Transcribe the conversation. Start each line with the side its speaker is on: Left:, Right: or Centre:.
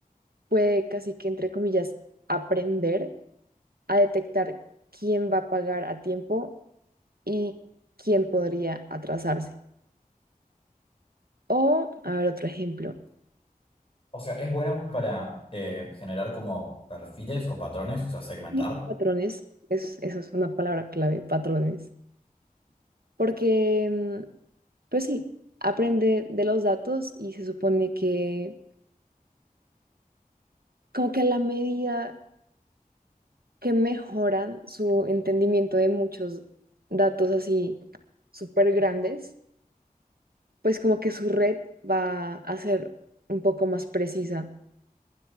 Right: puede casi que, entre comillas, aprender a detectar quién va a pagar a tiempo y quién podría atrasarse. O, a ver, otro ejemplo,
Left: O sea, es buena para eh, generar como perfiles o patrones, o sea, segmentar.
Right: Sí. patrones, es, eso es una palabra clave, patrones, porque mm, Pues sí, aprende de los datos y se supone que como que a la medida que mejoran su entendimiento de muchos datos así súper grandes, pues como que su red va a ser un poco más precisa.